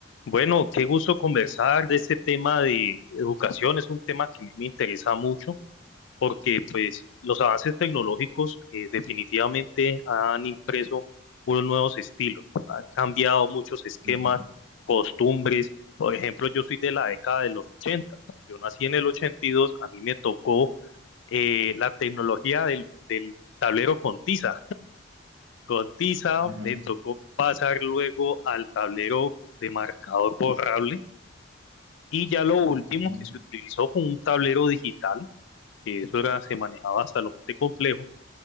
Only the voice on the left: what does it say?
Bueno, qué gusto conversar de este tema de educación. Es un tema que a mí me interesa mucho porque pues, los avances tecnológicos eh, definitivamente han impreso unos nuevos estilos, han cambiado muchos esquemas,
costumbres. Por ejemplo, yo soy de la década de los 80. Yo nací en el 82. a mí me tocó eh, la tecnología del, del tablero con tiza. Con tiza
me tocó pasar luego al tablero de marcador borrable y ya lo último
que se utilizó fue un tablero digital, que eso era, se manejaba hasta lo más de complejo,